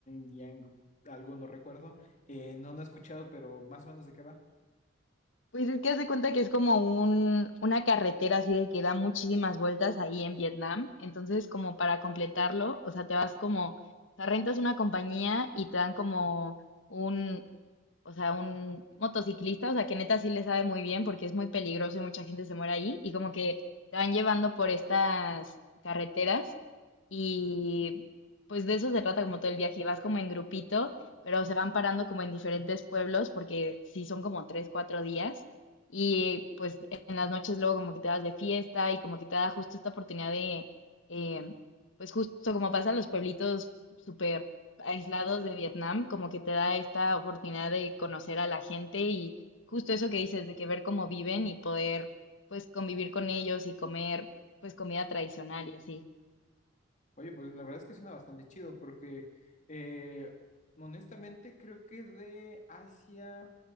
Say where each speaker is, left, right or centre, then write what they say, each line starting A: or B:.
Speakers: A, on the left; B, on the left.
A: Yang algo no recuerdo, eh, no, no he escuchado, pero más o menos de qué va.
B: Pues es que hace cuenta que es como un, una carretera así de que da muchísimas vueltas ahí en Vietnam. Entonces, como para completarlo, o sea, te vas como, o sea, rentas una compañía y te dan como un, o sea, un motociclista, o sea, que neta sí le sabe muy bien porque es muy peligroso y mucha gente se muere ahí. Y como que te van llevando por estas carreteras y pues de eso se trata como todo el viaje. Y vas como en grupito pero se van parando como en diferentes pueblos porque sí son como tres, cuatro días. Y pues en las noches luego como que te vas de fiesta y como que te da justo esta oportunidad de, eh, pues justo como pasa en los pueblitos súper aislados de Vietnam, como que te da esta oportunidad de conocer a la gente y justo eso que dices, de que ver cómo viven y poder pues convivir con ellos y comer pues comida tradicional y así.
A: Oye, pues la verdad es que suena bastante chido porque eh, honestamente creo que de Asia,